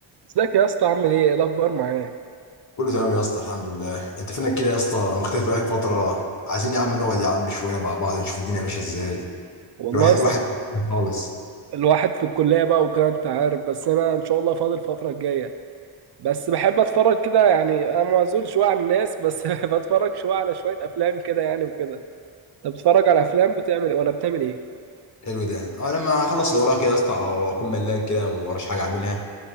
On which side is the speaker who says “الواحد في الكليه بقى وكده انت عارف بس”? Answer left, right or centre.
Right